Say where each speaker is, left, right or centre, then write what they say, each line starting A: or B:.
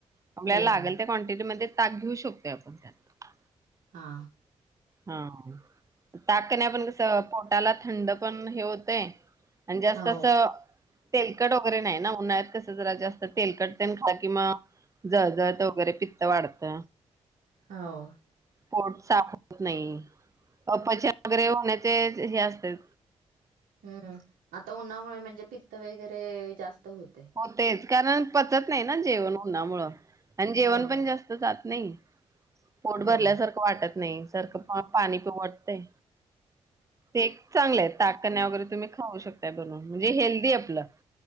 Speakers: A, on the right; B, on the right.
A: आपल्याला
B: हो
A: लागल
B: हो
A: त्या क्वांटिटीमध्ये ताक घेऊ शकतोय आपण त्यात
B: हा
A: हा ताक कण्या पण कसं पोटाला थंड पण हे होतंय आणि जास्त
B: हा
A: अस
B: हो
A: तेलकट वगैरे नाही ना उन्हाळत कसं जरा जास्त तेलकट तेन खाल्ल कि मग जळजळत वगैरे पित्त वाढत
B: हाव
A: पोट साफ होत नाही अपचन वगैरे होण्याचे हे असतय
B: हम्म आता उन्हामुळे म्हणजे पित्त वगैरे जास्त होतय
A: हो तेच कारण पचत नाही ना जेवण उन्हामुळं आणि जेवण
B: होय.
A: पण जास्त जात नाही पोट
B: होय
A: भरल्यासारखं वाटत नाही सारखं पाणी पिऊ वाटतय ते एक चांगल हाय ताककण्या वगैरे तुम्ही खाऊ शकता बनवून म्हणजे हेल्दी आपलं